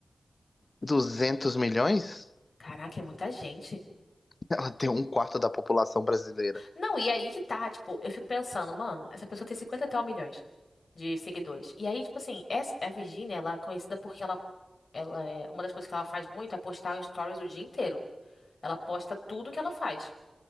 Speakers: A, on the left; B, on the left.
A: duzentos milhões?
B: Caraca, é muita gente.
A: Ela tem um quarto da população brasileira.
B: Não, e aí que tá, tipo, eu fico pensando, mano, essa pessoa tem 50 e tal milhões de seguidores. E aí, tipo assim, essa, a Virgínia, ela é conhecida porque ela, ela é, uma das coisas que ela faz muito é postar stories o dia inteiro. Ela posta tudo que ela faz.